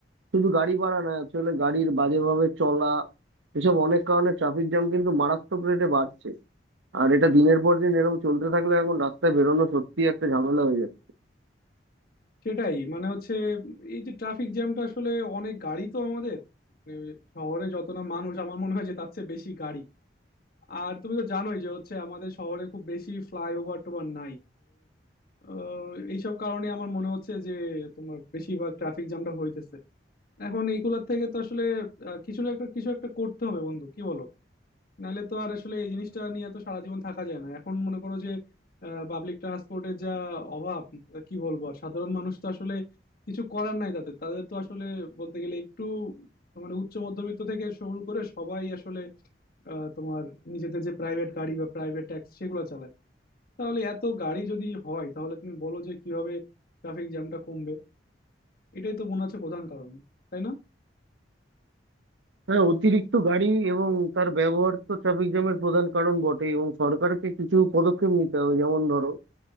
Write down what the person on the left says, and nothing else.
সেটাই মানে হচ্ছে এই যে ট্রাফিক জ্যামটা আসলে অনেক গাড়ি তো আমাদের মানে শহরে যত না মানুষ আমার মনে হয় যে তার চেয়ে বেশি গাড়ি আর তুমি তো জানোই যে হচ্ছে আমাদের শহরে খুব বেশি ফ্লাইওভার টোভার নাই আহ, এইসব কারণে আমার মনে হচ্ছে যে তোমার বেশিরভাগ ট্রাফিক জ্যামটা হইতেছে এখন এইগুলোর থেকে তো আসলে আহ, কিছু না একটা কিছু একটা করতে হবে বন্ধু কি বলো নাহলে তো আর আসলে এই জিনিসটা নিয়ে তো সারা জীবন থাকা যায় না এখন মনে করো যে পাবলিক ট্রান্সপোর্টের যা অভাব আহ, কি বলবো আর সাধারণ মানুষ তো আসলে কিছু করার নাই তাদের তাদের তো আসলে বলতে গেলে একটু মানে উচ্চ মধ্যবিত্ত থেকে শুরু করে সবাই আসলে আহ, তোমার নিজেদের যে প্রাইভেট গাড়ি বা প্রাইভেট ট্যাক্সি সেগুলো চালায় তাহলে এত গাড়ি যদি হয় তাহলে তুমি বলো যে কিভাবে ট্রাফিক জ্যামটা কমবে এটাই তো মনে হচ্ছে প্রধান কারণ তাই না